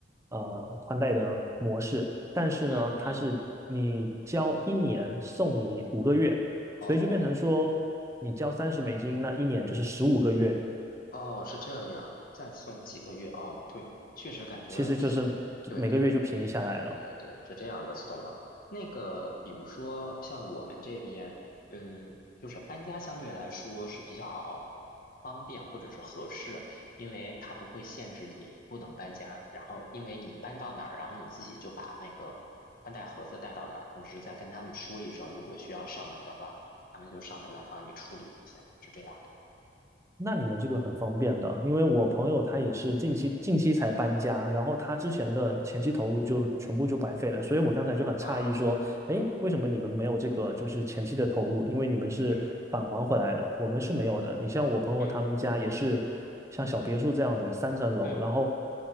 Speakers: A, on the right (about 15°); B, on the left (about 50°).
A: 呃宽带的模式，但是呢，
B: 嗯嗯，
A: 它是你交一年送你五个月，
B: 哦
A: 所以就变成说你交三十美金，那一年就是十五个月
B: 哦，是这样，再送几个月哦，对，确实感觉，
A: 其实就是
B: 对对。
A: 每个月就便宜下来了。
B: 对对对，是这样的 s t 了。那个，比如说像我们这边，嗯，就是搬家相对来说是比较方便或者是合适，因为它不会限制你不能搬家，然后因为你搬到哪儿，然后你自己就把那个宽带盒子带到哪儿，同时再跟他们说一声，如果需要上门的话，他们就上门来帮你处理一下，是这样的。
A: 那你们这个很方便的，因为我朋友他也是近期近期才搬家，然后他之前的前期投入就全部就白费了，所以我刚才就很诧异说，
B: 啊，
A: 哎，为什么你们没有这个就是前期的投入？因为你们是返还回来了，
B: 嗯
A: 我们是没有的。你像我朋友他们家也是像小别墅这样的三层楼，
B: 嗯嗯
A: 然后